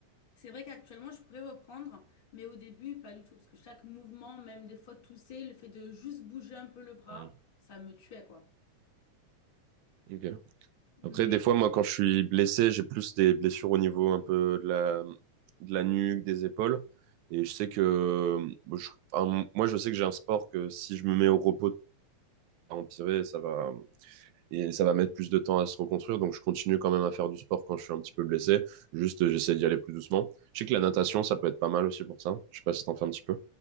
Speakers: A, on the left; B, on the right.
A: C'est vrai qu'actuellement, je pourrais reprendre, mais au début, pas du tout, parce que chaque mouvement, même des fois tousser, le fait de juste bouger un peu le bras,
B: Hmm.
A: ça me tuait, quoi.
B: Ok.
A: Mais
B: Après, des fois, moi, quand je suis blessé, j'ai plus des blessures au niveau un peu de la, de la nuque, des épaules. Et je sais que, euh, je- enfin, moi, je sais que j'ai un sport que si je me mets au repos, ça va empirer, ça va, et ça va mettre plus de temps à se reconstruire. Donc, je continue quand même à faire du sport quand je suis un petit peu blessé. Juste, euh, j'essaie d'y aller plus doucement. Je sais que la natation, ça peut être pas mal aussi pour ça. Je sais pas si t'en fais un petit peu.